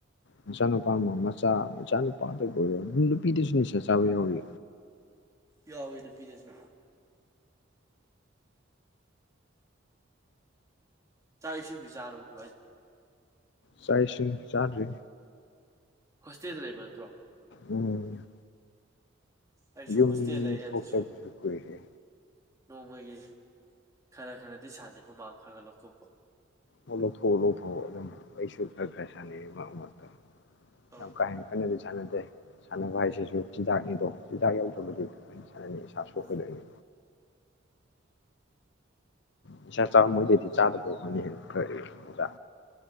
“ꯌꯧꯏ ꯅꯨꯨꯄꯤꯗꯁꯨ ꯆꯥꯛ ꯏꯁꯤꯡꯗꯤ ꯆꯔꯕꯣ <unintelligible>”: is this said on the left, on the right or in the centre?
Right